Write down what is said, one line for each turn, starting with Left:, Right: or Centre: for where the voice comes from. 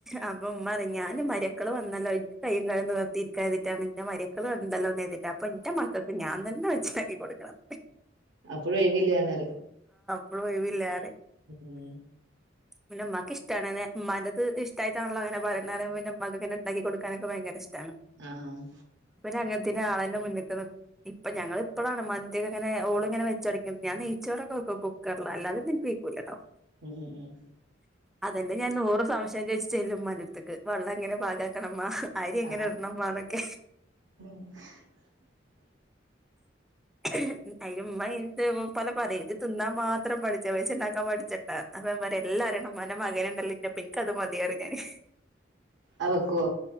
Centre: അപ്പ് പറ ഞാൻ മരക്കൾ വന്നല്ലോ എക്ക് കയ്യും ക നിർത്തിയിരിക്കരുതിട്ടാണ് നിന്റെ മരക്കൾ വന്നല്ലോന്ന് അപ്പൊ എന്റെ മക്കൾക്ക് ഞാൻ തന്നെ വെച്ചതാക്കി കൊടുക്കണം
Right: ഇഴ ഒഴിവില്ലന്നറി
Centre: അപ്പോ ഒഴവില്ലല്ലേ
Right: ഉം
Centre: പിന്നെ മക്കക്ക് ഇഷ്ടമാണ്െ മന ഇഷ്ടട്ടണല്ലോ അനെ പറയണെ മക്കങ്ങനെണ്ടാക്കി കൊടുക്കാനൊക്കെ ഭയങ്കര ഇഷ്ടം
Right: ആഹ് ആഹ്
Centre: ങ്ങ ആളെന്റെ മുന്നിൽ ഇപ്പ ഞൾ ഇപ്പോളാണ് മന്തിൊെങ്ങന ഓള ഇങ്ങെച്ചടങ്ങിയ ാൻ നെയ്ച്ചോൊക്കെ നോക്കും കുക്കറൽ അല്ലതെ നിപിക്കൂല
Right: ഉം ഉം ഉം
Centre: അതെന്റെ ഞാൻ നൂറ് സംശയം ചോദിച്ച ചെല്ല ഉ്നടുത്തേക്ക് വെള്ളം എങ്ങനെ പാകാക്കണംമ്മ അരി എങ്ങനെ
Right: ആഹ്
Centre: ഇടണമാ എന്നൊക്കെ
Right: <unintelligible>
Centre: <unintelligible> അമ്മ എന്ത് പല പറയും ഇത് തിന്നാൻ മാത്രം പഠിച്ച പച്ച ഉണ്ടാക്കാൻ പഠിച്ചണ്ടാ അപ്പം ഓൻപറിയാ എല്ലാരിം <unintelligible> മകന്ണ്ടല്ലോ ഇന്റെപ്പം ഇൻക്ക് അത് മതിയറി ഞാന്
Right: അവ വെക്കുവോ